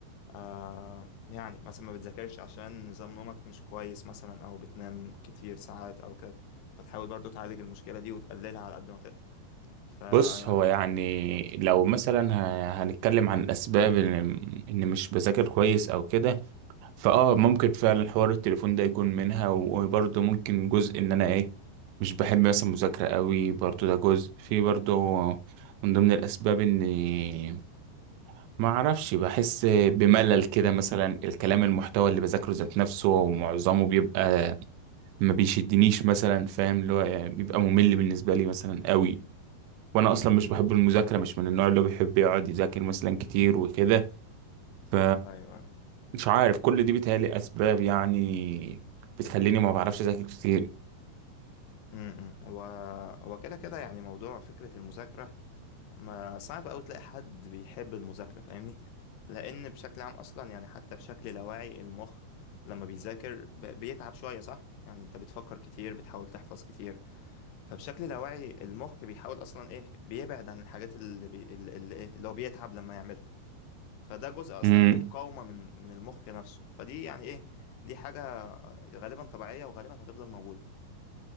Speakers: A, on the left (about 75°); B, on the right (about 90°).
A: آه يعني مثلا ما بتذاكرش عشان نظام نومك مش كويس مثلا او بتنام كتير ساعات او كده فتحاول برضو تعالج المشكلة دي وتقللها على قد ما تقدر فانا
B: بص هو يعني لو مثلا ه- هنتكلم عن الاسباب ان إن مش بذاكر كويس او كده فاه ممكن فعلا حوار التليفون ده يكون منها و- وبرضه ممكن جزء ان انا ايه مش بحب مثلا مذاكرة قوي برضه ده جزء في برضه من ضمن الاسباب اني ما اعرفش بحس بملل كده مثلا الكلام المحتوى اللي بذاكره ذات نفسه ومعظمه بيبقى ما بيشدنيش مثلا فاهم اللي هو يعني بيبقى ممل بالنسبة لي مثلا قوي وانا
A: م-
B: اصلا مش
A: م.
B: بحب المذاكرة مش من النوع اللي هو بيحب يقعد يذاكر مثلا كتير وكده ف
A: ايوه
B: مش عارف كل دي بيتهيألي أسباب يعني بتخليني ما بعرفش أذاكر كتير
A: م- م. هو هو كده كده يعني موضوع فكرة المذاكرة ما صعب أوي تلاقي حد بيحب المذاكرة فاهمني لأن بشكل عام أصلا يعني حتى بشكل لاواعي المخ لما بيذاكر ب- بيتعب شوية صح يعني أنت بتفكر كتير بتحاول تحفظ كتير فبشكل لاواعي المخ بيحاول اصلا ايه بيبعد عن الحاجات اللي بي... اللي اللي ايه اللي هو بيتعب لما يعملها فده جزء اصلا
B: امم
A: فيه مقاومة من من المخ نفسه فدي يعني ايه دي حاجة غالبا طبيعية وغالبا هتفضل موجودة